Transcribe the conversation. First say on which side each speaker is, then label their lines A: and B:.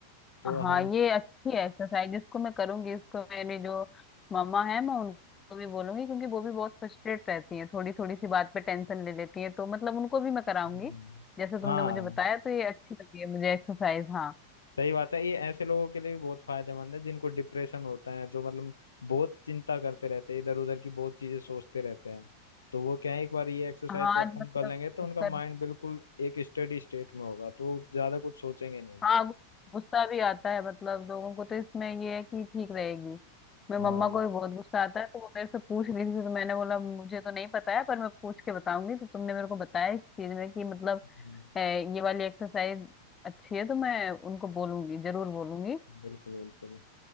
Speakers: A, on the left; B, on the left.
A: तो हम
B: हाँ ये अच्छी है एक्सरसाइज इसको मैं करूंगी इसको मेरी जो मम्मा है मैं उनको भी बोलूंगी क्योंकि वो भी बहुत फ्रस्ट्रेट रहती हैं थोड़ी थोड़ी सी बात पे टेंशन ले लेती हैं तो मतलब उनको भी मैं कराऊंगी
A: हम्म,
B: जैसे तुमने
A: हाँ
B: मुझे बताया तो ये अच्छी लगी है मुझे एक्सरसाइज हाँ
A: सही बात है ये ऐसे लोगों के लिए भी बहुत फायदेमंद है जिनको डिप्रेशन होता है जो मतलब बहुत चिंता करते रहते हैं इधर उधर की बहुत चीजें सोचते रहते हैं तो वो क्या है एक बार ये एक्सरसाइज
B: हाँ
A: परफॉर्म
B: आज मतलब
A: कर लेंगे तो उनका
B: कर
A: माइंड बिल्कुल एक स्टडी स्टेट में होगा तो वो ज्यादा कुछ सोचेंगे नहीं
B: हाँ गु- गुस्सा भी आता है मतलब लोगों को तो इसमें ये है कि ठीक रहेगी मैं
A: हाँ
B: मम्मा को भी बहुत गुस्सा आता है तो वो मेरे से पूछ रही थी तो मैंने बोला मुझे तो नहीं पता है पर मैं पूछ के बताऊंगी तो तुमने मेरे को बताया इस चीज में कि मतलब
A: हम्म,
B: है ये वाली एक्सरसाइज अच्छी है तो मैं उनको बोलूंगी जरूर बोलूंगी
A: बिल्कुल बिल्कुल